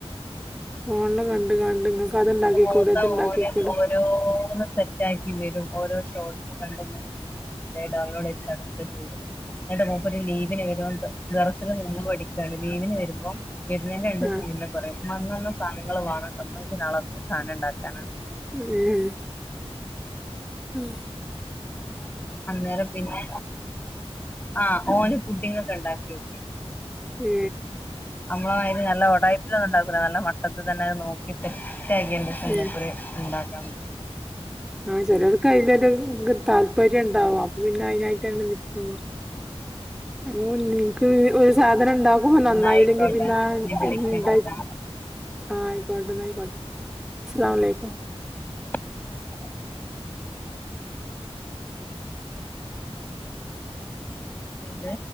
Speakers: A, in the centre; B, on the left.
A: ഫോണിൽ കണ്ട് കണ്ട് നിങ്ങക്ക് അത്ണ്ടാക്കിക്കൂട്
B: പോത്ത
A: അത്ണ്ടാക്കിക്കൂട്
B: ഓര് ഓരോന്ന് സെറ്റ്ക്കി വരും ഓരോ ഷോട്സ് കണ്ട ഡൌൺലോഡ് ചെയ്തിടും എന്നിട്ട് മൂപ്പര് ലീവിന് വരുമ്പ ദറസിൽ നിന്ന് പഠിക്കയാണ് ലീവിന് വരുമ്പോം വരുന്നെന്റെ രണ്ട ദിവസംമുന്നെ
A: ആഹ്
B: പറയും മന്ന സാധനങ്ങൾ വേണോ തമ്മക്ക് നാളെ സാധനം ഉണ്ടാക്കാനാണ്
A: ഉം ഉ
B: അന്നേരം പിന്നെ ആ ഓന് പുഡിങ്ങ ഒക്കെ ഉണ്ടാക്കിയ
A: മ്മ്ഹ്
B: നമ്മളല് നല്ല ഒടാപ്പിലൊന്ന ഉണ്ടാക്കൂല്ല നല്ല മട്ടത്ത തന്നെ അത് നോക്കി സെറ്റാക്കിയണ്ട് <unintelligible>
A: ഏഹ്
B: ഉണ്ടാക്കാൻ
A: ആഹ ചിലർക്ക് അതിലൊരു താല്പര്യം ഉണ്ടാവും അപ്പൊ പിന്നെ അതിനായിട്ടാണ് നിക്കും
B: ഉം
A: ഓ നിക്ക് ഒരു സാധനം ഉണ്ടാക്കുമ്പോ നന്നായില്ലെങ്കിൽ
B: എന്നായിക്കോട്ടെ
A: പിന്നെണ്ടാക്കി
B: ഇനി വിളിക്കണ്ട് ട്ടാ
A: ആഹ ആയിക്കോട്ടെന്ന് ആയിക്കോട്ടെ അസ്സലാമു അലൈകും
B: <inaudible> എന്ത്